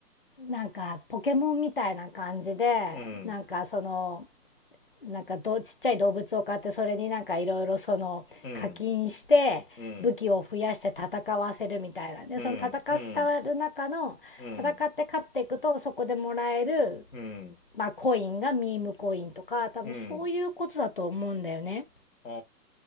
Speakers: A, on the left (about 35°); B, on the left (about 50°).
A: なんかポケモンみたいな感じで、
B: うん、
A: なんかその、なんかどちっちゃい動物を買ってそれになんかいろいろその課金して武器を増やして戦わせるみたいなでその戦わる中の戦って勝っていくとそこでもらえる、
B: うん、うん、うん、うん、うん、うん。うん
A: まあ、コインがミームコインとか多分そういうことだと思うんだよね。
B: うん。あ